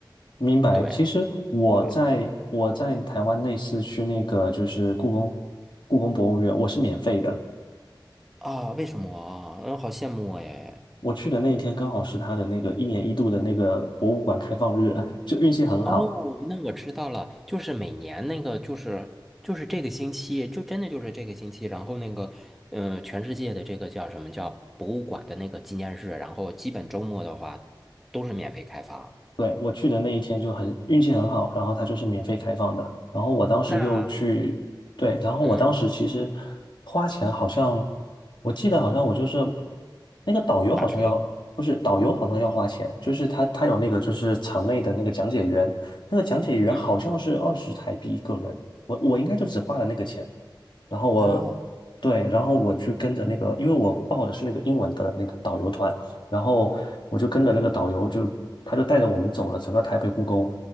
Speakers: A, on the left; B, in the centre.
A: 明白。
B: 对，
A: 其实我在我在台湾那次去那个就是故宫
B: 对
A: 故宫博物院，我是免费的。
B: 啊，为什么啊？嗯，好羡慕哎。
A: 我去的那一天刚好是他的那个一年一度的那个博物馆开放日，<laughs> 就运气很好。
B: 哦，那我知道了，就是每年那个，就是就是这个星期，就真的就是这个星期，然后那个，呃，全世界的这个叫什么叫博物馆的那个纪念日，然后基本周末的话都是免费开放。
A: 对，我去的那一天就很运气很好，然后它就是免费开放的。然后我当时又去，
B: 那
A: 对，然后我当时其实
B: 嗯，
A: 花钱好像，我记得好像我就是那个导游好像要，
B: 打车，
A: 不是导游好像要花钱，就是他他有那个就是场内的那个讲解员，那个讲解员好像是二十台币一个人，
B: 嗯嗯，
A: 我我应该就只花了那个钱。然后我对，
B: 哦，
A: 然后我去跟着那个，因为我报的是那个英文的那个导游团，然后我就跟着那个导游就，他就带着我们走了整个台北故宫